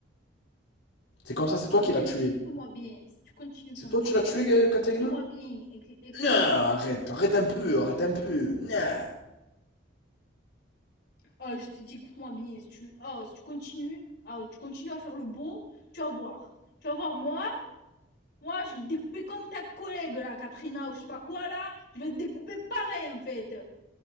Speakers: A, on the left; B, on the left.
A: C'est comme ça, c'est
B: Écoute-moi
A: toi qui
B: bien,
A: l'as tué.
B: écoute-moi bien. Si tu continues
A: C'est
B: comme
A: toi
B: ça,
A: tu l'as tué, euh, Katerina?
B: écoute-moi bien, écoute- écoute-moi.
A: Non, arrête, arrête un peu, arrête un peu, non.
B: Ah, je te dis, écoute-moi bien, si tu, ah, si tu continues, ah, tu continues à faire le beau, tu vas voir. Tu vas voir, moi, moi, je vais te découper comme ta collègue, là, Katrina, ou je sais pas quoi, là. Je vais te découper pareil, en fait.